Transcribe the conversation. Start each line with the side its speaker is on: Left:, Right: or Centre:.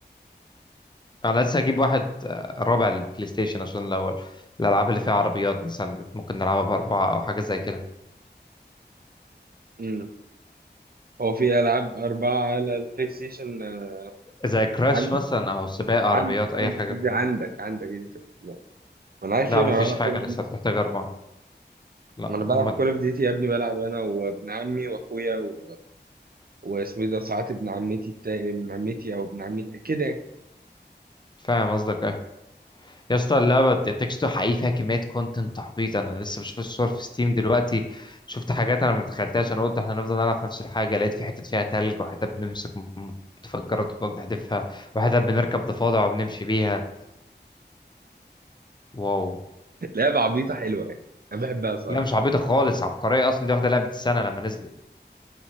Left: انا لسه هجيب واحد آه، رابع للبلاي ستيشن عشان لو الالعاب اللي فيها عربيات مثلا اللي ممكن نلعبها باربعة او حاجة زي كده
Right: امم هو في العاب اربعة على البلاي ستيشن آه،
Left: زي كراش
Right: عندك
Left: مثلا او سباق عربيات
Right: عن
Left: اي
Right: قصدي
Left: حاجة
Right: قصدي
Left: من...
Right: عندك عندك انت لا. ما انا عارف
Left: لا
Right: يعني
Left: مفيش
Right: انا بلعب
Left: حاجة
Right: كول اوف
Left: لسه
Right: ديوتي
Left: بتحتاج اربعة لا
Right: ما انا بلعب
Left: هما
Right: كول اوف ديوتي يا ابني بلعب انا وابن عمي واخويا و... واسمه ايه ده ساعات ابن عمتي التا... ابن عمتي او ابن عمي التا... كده يعني
Left: فاهم قصدك إيه؟ يا اسطى اللعبة تكستو حقيقي فيها كمية كونتنت تحبيط أنا لسه بشوف الصور في ستيم دلوقتي شفت حاجات أنا ما تخيلتهاش أنا قلت إحنا هنفضل نلعب في نفس الحاجة لقيت في حتت فيها تلج وحتت بنمسك م- م- متفجرات وبنقعد نحدفها وحتت بنركب ضفادع وبنمشي بيها واو
Right: <laughs> لعبة عبيطة حلوة يعني انا بحبها صراحة
Left: لا مش عبيطة خالص عبقرية أصلا دي واخدة لعبة السنة لما نزلت